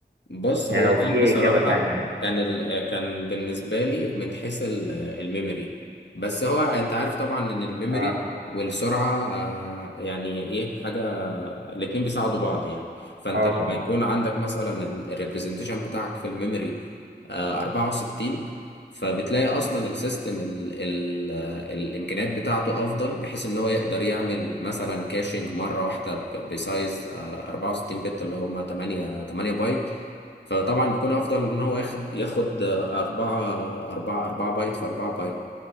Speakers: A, on the left; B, on the right.
A: بص
B: يعني
A: هو
B: لو
A: كان
B: في
A: بصراحة
B: اجابة تانية يعني
A: كان ال... كان بالنسبة لي من حيث ال- الميموري بس هو انت عارف طبعا ان الميموري
B: اه
A: والسرعة آه، يعني ايه حاجة الاتنين بيساعدوا بعض يعني فانت
B: اه
A: لما
B: طبعا
A: يكون عندك مثلا الريبريزنتيشن بتاعك في الميموري آه، 64 فبتلاقي اصلا السيستم ال... ال... آه، الامكانيات بتاعته افضل بحيث ان هو يقدر يعمل مثلا كاشنج مرة واحدة ب- بسايز آه، 64 بت اللي هما 8 8 بايت فطبعا بيكون افضل من ان هو ياخد ياخد آه، أربعة أربعة أربعة بايت في أربعة بايت